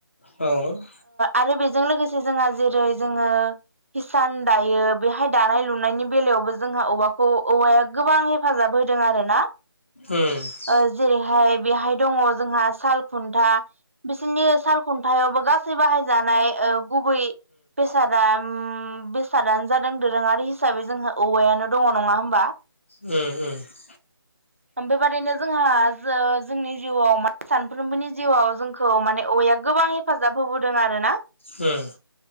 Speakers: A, on the left; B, on the right.
A: औ उम
B: आरो जों लोगोसे जोंहा जेरै जोङो हिसान दायो बेहाय दानाय लुनायनि बेलायावबो जोंहा औवाखौ औवाया गोबां हेफाजाब होदों आरो ना
A: उम
B: ओ जेरै बेहाय दङ जोंहा साल खुन्था बिसोरनि साल खुन्थायावबो गा सै बाहायजानाय ओ गुबै बेसादा बेसादानो जादों दोरोङारि हिसाबै जोंहा औवायानो दङ नङा होमबा
A: उम औ उम उम
B: बेबादिनो जोंहा जोंनि जिउआव माने सानफ्रोमबोनि जिउआव जोंखौ माने औवाया गोबां हेफा जाब होबोदों आरो ना
A: ओह